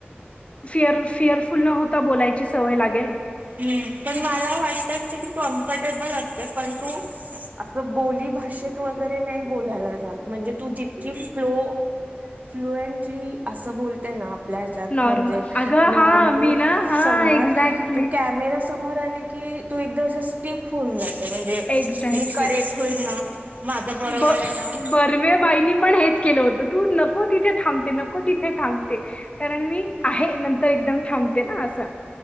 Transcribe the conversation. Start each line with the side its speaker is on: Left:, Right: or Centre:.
Left: फिअर फिअरफुल नव्हत बोलायची सवय लागेल.
Right: हम्म पण मला वाटत कि तु कम्फर्टेबल असते. पण तू अस बोली भाषेत वगैरे नाही बोलायला जाात‌ म्हणजे तू जितकी स्लो फ्लुएंटली अस बोलते ना आपल्या ह्याच्यात
Left: नॉर्मल
Right: म्हणजे
Left: अगं
Right: नॉर्मल
Left: हा मी ना
Right: संवाद
Left: हा एक्झॅक्टली
Right: तू कॅमेरा समोर आले की तु एकदम अशी स्टीप होऊन जाते. म्हणजे
Left: एक्झॅक्टली
Right: मी करेल होईल ना? माझं बरोबर
Left: ब
Right: आहे ना
Left: बर्वेबाईनी पण हेच केल होत. तू नको तिथे थांबते. नको तिथे थांबते. कारण मी आहे. नंतर एकदम थांबते ना अस